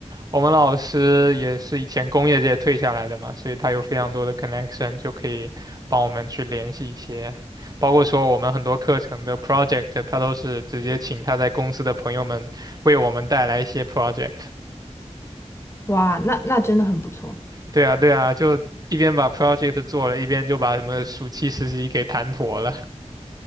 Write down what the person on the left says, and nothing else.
哇，那那真的很不错，